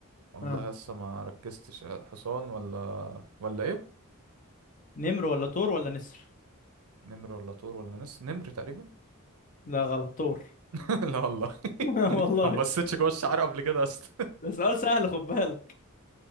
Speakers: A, on the right; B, on the left.
A: والله
B: ها
A: لسه ما ركزتش حصان ولا ولا ايه
B: نمر ولا تور ولا نسر
A: نمر ولا طور ولا نس نمر تقريبا
B: لا غلط تور
A: <laughs> لا والله <laughs>
B: <laughs> والله
A: ما بصيتش جوه الشعر قبل كده اصلا
B: ده سؤال سهل خد بالك